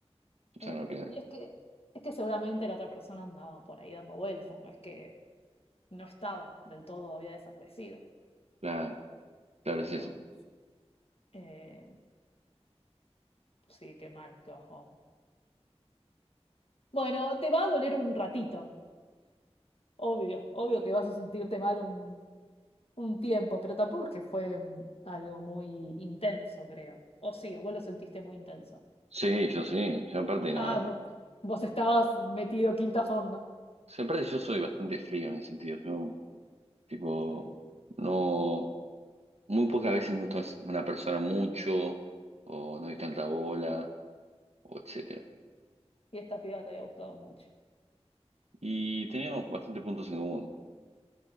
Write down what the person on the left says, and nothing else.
Eh,
y
es que, es que seguramente la otra persona andaba por ahí dando vueltas, no es que no estaba del todo, había desaparecido.
Pero
mm, Eh, sí, qué mal, qué bajón. Bueno, te va a doler un ratito, obvio, obvio que vas a sentirte mal un, un tiempo, pero tampoco es que fue mm, algo muy intenso, creo. O sí, o vos lo sentiste muy intenso.
Ah, vo-
vos, estabas metido quinta a fondo.
Sí,
y esta piba te había gustado mucho.